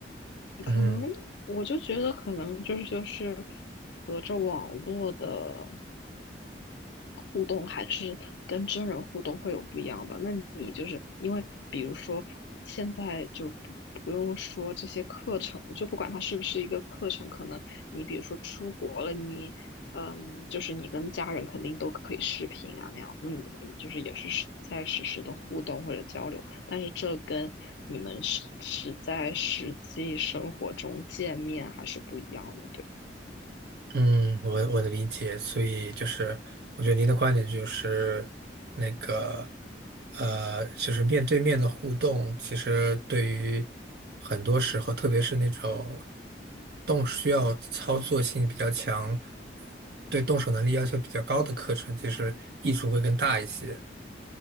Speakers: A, on the right; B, on the left.
A: 嗯。
B: 可能我就觉得，可能就是就是隔着网络的。互动还是跟真人互动会有不一样吧？那你就是因为，比如说现在就不不用说这些课程，就不管它是不是一个课程，可能你比如说出国了，你嗯，就是你跟家人肯定都可以视频啊那样，那你你们就是也是实在实时的互动或者交流，但是这跟你们是是在实际生活中见面还是不一样的，对吧。
A: 嗯，我我的理解，所以就是，我觉得您的观点就是那个，呃，就是面对面的互动，其实对于很多时候，特别是那种动需要操作性比较强、对动手能力要求比较高的课程，其实益处会更大一些。